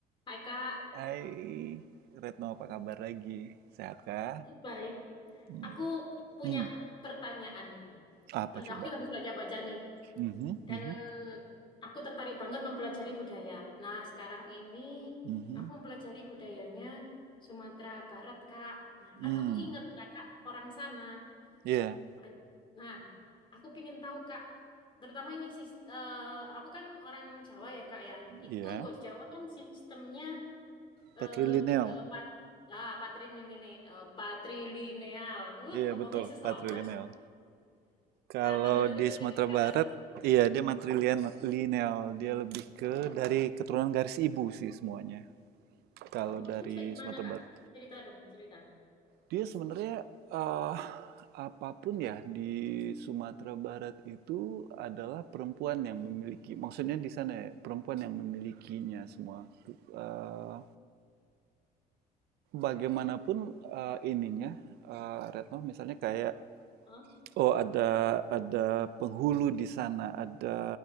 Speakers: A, on the left; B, on the right.
A: Hai Kak,
B: Hai Retno, apa kabar lagi? Sehat kah?
A: baik.
B: Hmm.
A: Aku punya
B: Hmm.
A: pertanyaan nih.
B: Apa
A: Ada
B: coba?
A: aku yang habis baca-baca nih.
B: Mhm, mhm,
A: Kan aku tertarik banget mempelajari budaya. Nah, sekarang ini
B: mhm, hmm.
A: aku mempelajari budayanya Sumatera Barat, Kak. Nah,
B: hmm.
A: kan aku inget Kakak orang sana.
B: Iya,
A: Makanya- Nah, aku pingin tahu Kak, terutama ini sis- eh, aku kan orang Jawa ya Kak ya.
B: iya.
A: Itu kok di Jawa kan sistemnya eh,
B: Patrilineal.
A: lebih ke pat ah, patrilineal, eh, patrilineal. Uh,
B: Iya,
A: ngomongnya
B: betul,
A: susah
B: patrilineal.
A: amat.
B: Kalau
A: Nah, kalau di
B: di
A: tempatnya
B: Sumatera
A: kakak
B: Barat,
A: kan,
B: iya dia matrilineal. Dia lebih ke dari keturunan garis ibu sih semuanya. Kalau
A: oh
B: dari
A: itu kayak gimana
B: Sumatera
A: kak?
B: Barat.
A: Cerita dong, cerita.
B: Dia sebenarnya, eee, apapun ya di Sumatera Barat itu adalah perempuan yang memiliki maksudnya di sana ya, perempuan yang memilikinya semua. Eee, bagaimanapun, eee, ininya, eee, Retno misalnya kayak,
A: Hah?
B: oh ada ada penghulu di sana, ada